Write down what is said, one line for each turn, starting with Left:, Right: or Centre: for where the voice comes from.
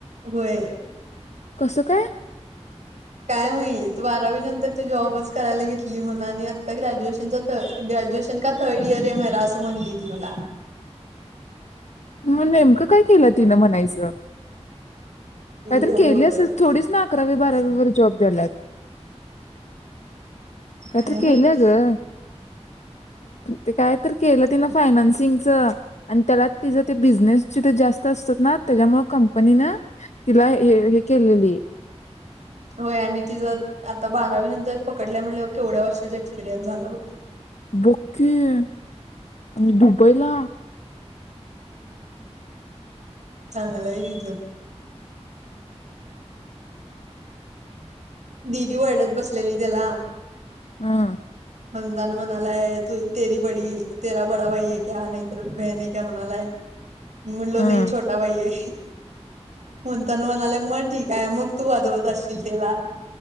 Right: होय
Left: कसं काय?
Right: काय माहीत? बारावी नंतर ती जॉबच करायला घेतली म्हण आता ग्रॅज्युएशन थ ग्रॅज्युएशन का थर्ड इयर मेरा असं म्हणली. ती मला
Left: म नेमकं काय केलं तिनं म्हणायच?
Right: एवढं
Left: काहीतरी केल असेल थोडीच ना अकरावी बारावीवर जॉब द्यायलात. काहितरी
Right: काय माहित
Left: केल ग? ते काय तरी केलं तिन. फायनानसिंगच. अन त्याला तिचां ते बिझनेसची ते जास्त असतात ना त्याच्यामुळे कंपनीन तिला हे केलेली.
Right: होय आणि तिज आता बारावी नंतर पकडल्या म्हणल्यावर केवढ्या वर्षाचा एक्स्पिरियन्स झाला बघ की?
Left: बोकी आणि मी दुबईला?
Right: चांगलय तीच.. दीदी वर्डत बसलेली त्याला
Left: ह्म्म.
Right: म्हणजान मनालाय तू तेरी बडी तेरा बडा भाई हे क्या? नाहीतर बेहेन क्या? मनालाय. म्हटलो
Left: हम्म
Right: नाही छोटा भाईये. होंतन म्हणाले मट ठीक आहे, मग तू वाजवत असशील त्याला.